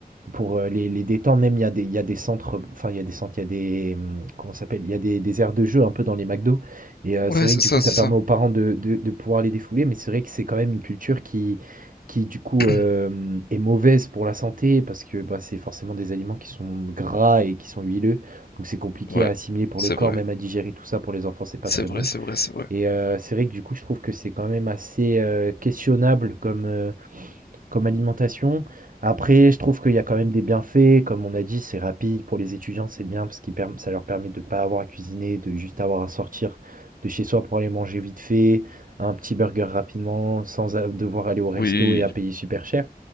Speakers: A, on the right; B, on the left.
A: pour, heu, les les détendre même, il y a des il y a des centres, enfin, il y a des centres, il y a des, mmh, comment ça s'appelle? Il y a des des aires de jeux un peu dans les McDo et heu,
B: Ouais,
A: c'est vrai
B: c'est
A: que du
B: ça,
A: coup, ça
B: c'est
A: permet
B: ça.
A: aux parents de de de pouvoir les défouler, mais c'est vrai que c'est quand même une culture qui qui du coup,
B: <clears throat>
A: hem, est mauvaise pour la santé parce que, bah, c'est forcément des aliments qui sont gras et qui sont huileux, donc c'est compliqué
B: Ouais,
A: à assimiler pour
B: c'est
A: le corps,
B: vrai.
A: même à digérer tout ça pour les enfants, c'est pas
B: C'est
A: très bon
B: vrai, c'est vrai, c'est vrai.
A: et heu, c'est vrai que du coup, je trouve que c'est quand même assez, heu, questionnable comme, heu comme alimentation, après je trouve qu'il y a quand même des bienfaits, comme on a dit, c'est rapide pour les étudiants, c'est bien parce qu'ils perm ça leur permet de ne pas avoir à cuisiner, de juste avoir à sortir de chez soi pour aller manger vite fait, un petit burger rapidement, sans a devoir aller au resto
B: Oui,
A: et à payer super cher.